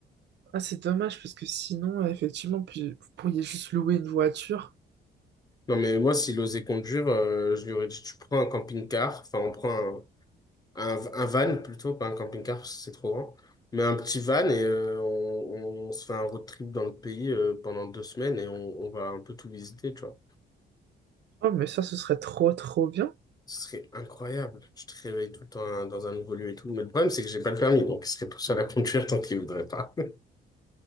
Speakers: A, on the right (about 60°); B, on the left (about 20°).
A: Ah, c'est dommage parce que sinon, euh, effectivement, puis- vous pourriez juste louer une voiture
B: Non, mais moi, s'il osait conduire, euh, je lui aurais dit, tu prends un camping-car, enfin, on prend un, un, un van plutôt, pas un camping-car, parce que c'est trop grand, mais un petit van et euh, on, on se fait un road trip dans le pays euh, pendant deux semaines et on, on va un peu tout visiter, tu vois.
A: Oh, mais ça, ce serait trop, trop bien.
B: Ce serait incroyable. Tu te réveilles tout le temps hein, dans un nouveau lieu et tout. Mais le problème, c'est que j'ai pas le permis, donc il serait tout seul à conduire tant qu'il voudrait pas. <laughs>